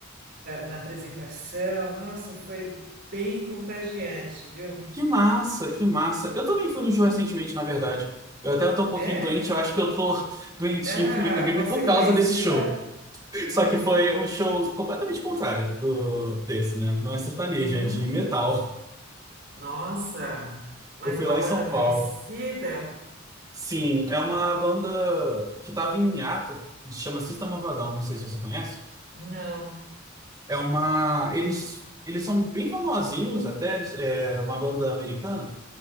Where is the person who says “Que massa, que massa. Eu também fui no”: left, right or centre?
Right